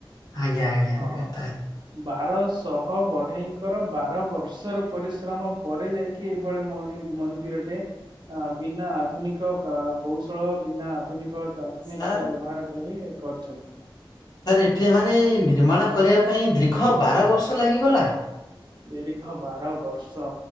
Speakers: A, on the left; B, on the right.
A: ଆଜ୍ଞା ଆଜ୍ଞା
B: ହଁ
A: ଆଜ୍ଞା ତାହା
B: ବାରଶହ ହଁ ବଢେଇଙ୍କର ବାର ବର୍ଷର ପରିଶ୍ରମ ପରେ ଯାଇକି ଏଭଳି ମଣି ମନ୍ଦିରଟେ ଆ ବିନା ଆଧୁନିକ କୌଶଳ ବିନା ଆଧୁନିକତା ବ୍ୟବହାର
A: ସାର୍
B: କରି କରୁଛନ୍ତି।
A: ସାର୍ ଏଠି ଏମାନେ ନିର୍ମାଣ କରିବା ପାଇଁ ଦୀର୍ଘ ବାର ବର୍ଷ ଲାଗିଗଲା।
B: ଦୀର୍ଘ ବାର ବର୍ଷ